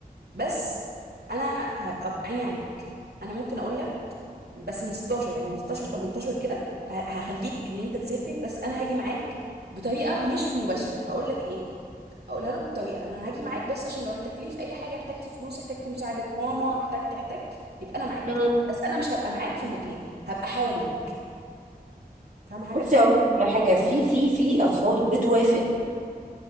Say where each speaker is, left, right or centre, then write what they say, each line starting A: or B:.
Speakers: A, on the right; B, on the right.
A: بس انا هبقى بعيني عليك انا ممكن اقول لك بس من 16 يعني من 16 ل 18 كده ه- هخليك ان انت تسافر بس انا هاجي معاك بطريقه مش مباشره هقول لك ايه اقولها له بالطريقه انا هاجي معاك بس عشان لو احتجتني في اي حاجه احتجت فلوس احتجت مساعده ماما احتجت احتجت يبقى انا معاك
B: مم.
A: بس انا مش هبقى معاك في المكان هبقى حواليك فاهم حاجه
B: بصي اقول لك على حاجه في في في اطفال بتوافق